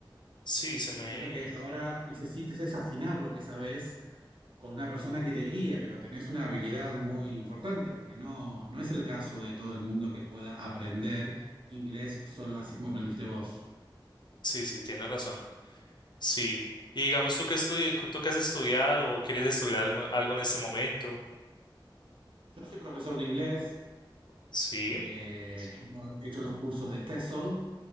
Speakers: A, on the left; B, on the right.
A: sí, se me.
B: Tal vez lo que ahora necesites es afinar lo que sabes con una persona que te guíe, pero tenés una habilidad muy importante, porque no, no es el caso de todo el mundo que pueda aprender inglés solo así como aprendiste vos.
A: Sí, sí, tienes razón. Sí. Y digamos, tú que estudi tú que has estudiado o quieres estudiar algo, algo en este momento.
B: Yo soy profesor de inglés,
A: Sí,
B: eh, tengo- he hecho los cursos de TESOL